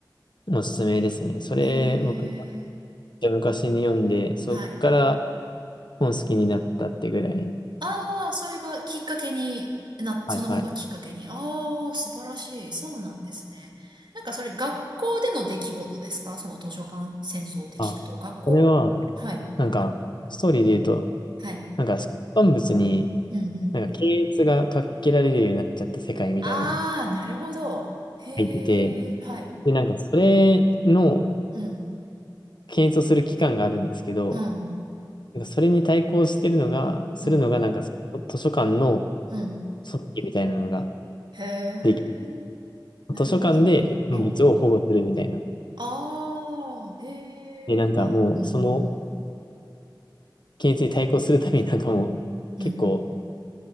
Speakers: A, on the left (about 70°); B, on the right (about 70°).
A: おすすめですね。それ、
B: へえ。
A: 僕も昔に読んで、そっから
B: はい。
A: 本好きになったってぐらい。
B: ああ、それがきっかけに、な、
A: はいはい。
B: その本がきっかけに。ああ、素晴らしい。そうなんですね。なんかそれ学校での出来事ですかその図書館戦争で聞くと。
A: あ、
B: 学校はい。
A: それは、なんか、ストーリーで言うと、
B: はい。
A: なんか、出版物に、
B: うんうん。
A: なんか、検閲がかけられるようになっちゃった世界みたいなのを
B: ああ、なるほど。へえ、
A: 書いてて、
B: はい。
A: で、なんか、それの
B: うん。
A: 検閲をする機関があるんですけど、
B: うん。
A: なんか、それに対抗してるのが、するのが、
B: うん。
A: なんか、その図書館の
B: うん。
A: 組織みたいなのが
B: へえ、
A: でき、
B: なるほど。
A: 図書館で出版物を保護するみたいな。
B: うんうん。ああ、へえ、
A: で、なんか、
B: まあ、
A: もう、
B: うん
A: その検閲に対抗するために、なんかもう、
B: うん。
A: 結構、
B: うん。